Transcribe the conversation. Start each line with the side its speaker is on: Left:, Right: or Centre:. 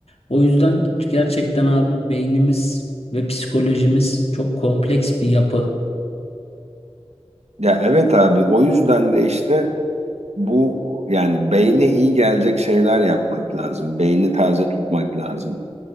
Left: O yüzden gerçekten abi beynimiz ve psikolojimiz çok kompleks bir yapı.
Right: Ya evet abi o yüzden de işte bu yani beyne iyi gelecek şeyler yapmak lazım. Beyni taze tutmak lazım.